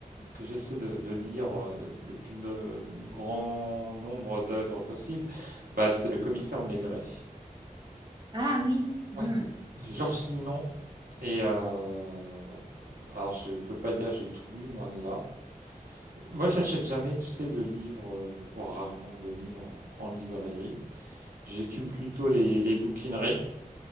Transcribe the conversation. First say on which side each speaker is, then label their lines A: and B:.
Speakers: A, on the right (about 85°); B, on the right (about 30°).
A: que j'essaie de, de lire euh, le, le plus no- le grand nombre d'œuvres possible, bah, c'est le commissaire Maigret.
B: Ah oui. Hmm.
A: Oui. Georges Simenon. Et euh, alors, je peux pas dire que j'ai tout lu, loin de là. Moi, j'achète jamais, tu sais, de livres, euh, voire rarement de livres en, en librairie. J'écume plutôt les, les bouquineries.